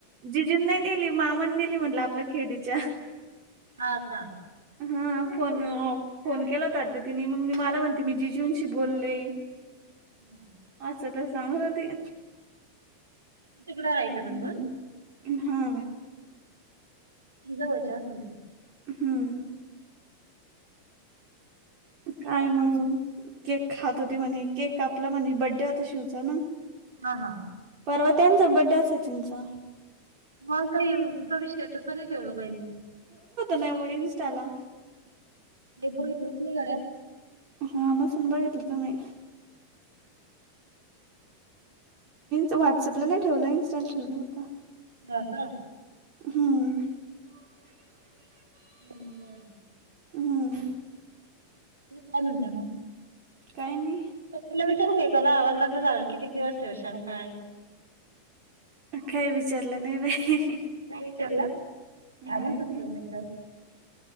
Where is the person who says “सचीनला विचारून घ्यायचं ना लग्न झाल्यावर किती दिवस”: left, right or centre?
Right